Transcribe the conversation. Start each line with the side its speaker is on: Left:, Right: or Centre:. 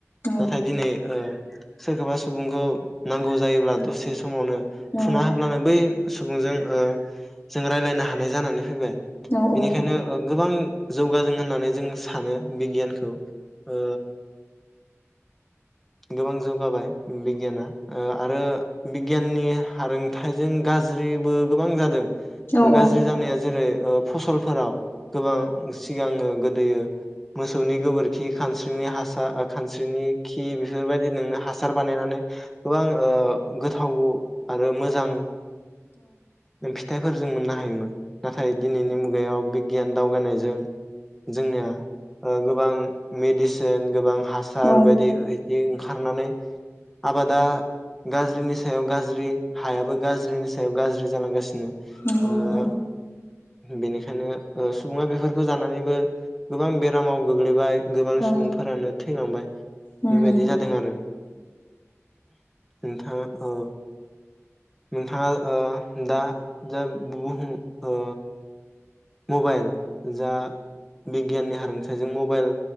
Left: औ
Centre: नाथाय दिनै ओ सोरखौबा सुबुंखौ नांगौ जायोब्ला दसे स समावनो
Left: औ
Centre: फुना होब्लानो बै सुबुंजों ओ जों रायलायनो हानाय जानानै फैबाय।
Left: औ औ
Centre: बिनिखायनो ओ गोबां जौगाजों होननानै जों सानो। बिगियानखौ ओ गोबां जौगाबाय बिगियाना। ओ आरो बि गियाननि हारोंथाइजों गाज्रिबो गोबां जादों।
Left: औ
Centre: गाज्रि जानाया जेरै ओ फसलफोराव गोबां सिगाङो गोदोयो‌ मोसौनि गोबोरखि खानस्रिनि हासार आ खानस्रिनि खि बेफोरबायदि नोंनो हासार बानायनानै गोबां ओ गोथाव आरो मोजां फिथाइफोरजों मोननो हा हायोमोन। नाथाय दिनैनि मुगायाव बि गियान दावगानाय जों जोंनिया ओ गोबां मेदिसिन गोबां हासार
Left: औ औ
Centre: बायदि बियो ओंखारनानै आबादा गाज्रिनि सायाव गाज्रि हायाबो गाज्रिनि सायाव गाज्रि जालांगासिनो
Left: नंगौ
Centre: ओ
Left: नोंथां
Centre: बेनिखायनो अ सुबुङा बेफोर खौ जानानैबो गोबां बेरामाव गोग्लैबाय। गोबां
Left: औ
Centre: सुबुंफोरानो थैलांबाय बेबायदि
Left: उम
Centre: जादों आरो नोंथाङा ओ नोंथाङा ओ दा दा बुहुम ओ मबाइल जा बिगियाननि हारोंथायजों मबाइल